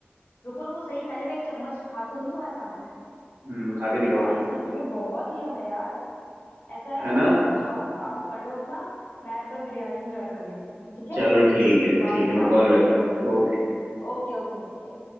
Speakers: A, on the left (about 55°); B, on the right (about 80°).
A: रुको रुको सही पहले मैं एक चम्मच खा तो लूं तुम्हारे सामने
B: हम्म खा के दिखाओ
A: यार ये सच में बहुत ही यम है यार ऐसा है
B: है
A: तुम
B: ना
A: अब जाओ काम कर लो अपना मैं तब बिरयानी एंजॉय कर लेती हूँ ठीक है
B: चलो ठीक है ठीक
A: बाद में
B: है मैं
A: बात
B: कॉल
A: करते
B: बैक कर
A: हैं
B: ओके
A: Okay okay okay